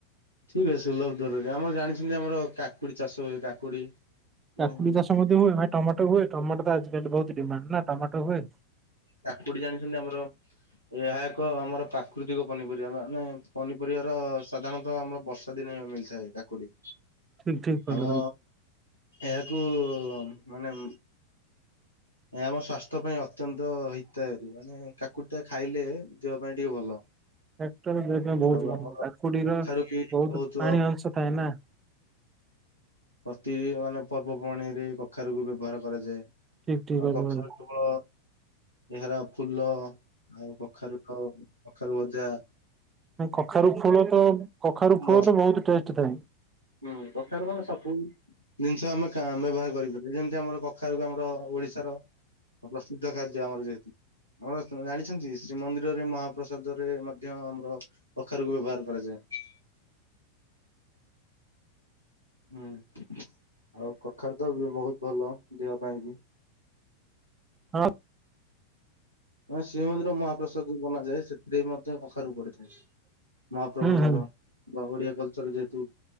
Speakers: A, on the left (about 80°); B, on the right (about 20°).
A: ଠିକ୍ ଅଛି ସୁଲଭ ଦରରେ ଆମର ଜାଣିଚନ୍ତି ଆମର କାକୁଡି ଚାଷ ହୁଏ କାକୁଡି ଜାଣିଛନ୍ତି।
B: କାକୁଡି ଚାଷ ମଧ୍ୟ ହୁଏ ଭାଇ ଟମାଟୋ ହୁଏ ଟମାଟୋ ତ ଆଜିକାଲି ବୋହୁତ ଡିମାଣ୍ଡ ନା ଟମାଟୋ ହୁଏ?
A: କାକୁଡି ଜାଣିଚନ୍ତି ଆମର ଏହା ଏକ ଆମର ପ୍ରାକୃତିକ ପନିପରିବା ମାନେ ପନିପରିବା ର ସାଧାରଣତଃ ଆମର ବର୍ଷ ଶୀତ ଦିନେ ମିଳତାଏ କାକୁଡି।
B: ଠିକ ଠିକ କହିଲ
A: ଆମ
B: ଭାଇ
A: ଏହାକୁ ମାନେ ଏ ଆମ ସଵାସ୍ଥ୍ୟ ପାଇଁ ଅତ୍ୟନ୍ତ ହିତାୟାରୀ ମାନେ କାକୁଡି ଟା ଖାଇଲେ ଦେହ ପାଇଁ ଟିକେ ଭଲ।
B: କାକୁଡି ଦେହ ପାଇଁ ବହୁତ
A: ଆଉ
B: ଭଲ
A: ଆମର
B: କାକୁଡିର
A: କଖାରୁ ବି
B: ବହୁତ
A: ବୋହୁତ
B: ପାଣି ଅଂଶ ଥାଏ ନା
A: ପ୍ରତି ମାନେ ପର୍ବପର୍ବାଣୀ ରେ କଖାରୁକୁ ବ୍ୟବହାର କରାଯାଏ।
B: ଠିକ ଠିକ କହିଲ
A: ଆଉ କଖାରୁ
B: ଭାଇ।
A: କେବଳ ଏହାର ଫୁଲ ଆଉ କଖାରୁ ଆଉ କଖାରୁ ଭଜା
B: କଖାରୁ ଫୁଲ ତ କଖାରୁ ଫୁଲ
A: ଅ
B: ତ ବୋହୁତ ଟେଷ୍ଟ ଥାଏ।
A: ହୁଁ କଖାରୁ ଫଳ ସବୁ ଜିନିଷ ଆମେ କା ବ୍ୟବହାର କରିପାରିବା ଯେମିତି ଆମର କଖାରୁକୁ ଆମର ଓଡିଶାର ପ୍ରସିଦ୍ଧ ଖାଦ୍ୟ ଆମର ଯେହେତୁ ଜାଣିଛନ୍ତି ଶ୍ରୀମନ୍ଦିରରେ ମହାପ୍ରସାଦ ରେ ମଧ୍ୟ ଆମର ଅଖାରୁକୁ ବ୍ୟବହାର କରାଯାଏ। ହୁଁ ଆଉ କଖାରୁ ତ ବୋହୁତ ଭଲ ଦେହ ପାଇଁ ବି।
B: ହଁ।
A: ମ ଶ୍ରୀମନ୍ଦିର ମହାପ୍ରସାଦ ଯୋଉ ବନାଯାଏ ସେଥିରେ ବି ମଧ୍ୟ କଖାରୁକୁ ପଡିଥାଏ। ମହାପ୍ରଭୁଙ୍କର
B: ହୁଁ ହୁଁ
A: ବା ଓଡିଆ କଲଚର ଯେହେତୁନୀ